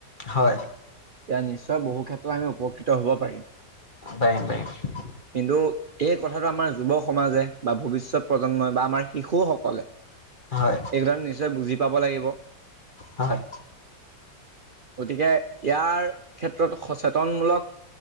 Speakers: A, on the left; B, on the right.
A: হয়।
B: তেতিয়া নিশ্চয় বহু ক্ষেত্ৰত আমি উপকৃত হ'ব পাৰিম।
A: পাৰিম পাৰিম।
B: কিন্তু এই কথাটো আমাৰ যুৱ সমাজে বা ভৱিষৎ প্ৰজন্মই বা আমাৰ শিশুসকলে
A: হয়
B: এইটো কাৰণ নিশ্চয় বুজি পাব লাগিব।
A: হয়
B: গতিকে ইয়াৰ ক্ষেত্ৰত সচেতনমূলক